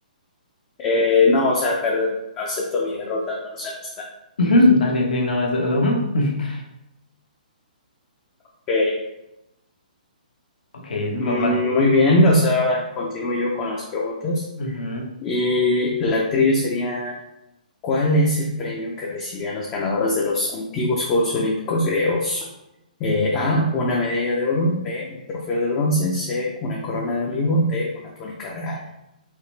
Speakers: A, on the left; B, on the left.
A: Eh, no, o sea, perder, acepto mi derrota, al menos en esta.
B: Ujú, <laughs> Dale, sí, no, eso. Eso, ujú. <laughs>
A: Ok,
B: Ok,
A: mm,
B: va, va tú.
A: muy bien, o sea, ahora continúo yo con las preguntas.
B: Ujú.
A: Y la trivia sería, ¿cuál es el premio que recibían los ganadores de los antiguos Juegos Olímpicos griegos? Eh, A, una medalla de oro, B, un trofeo de bronce, C, una corona de olivo, D, una túnica real.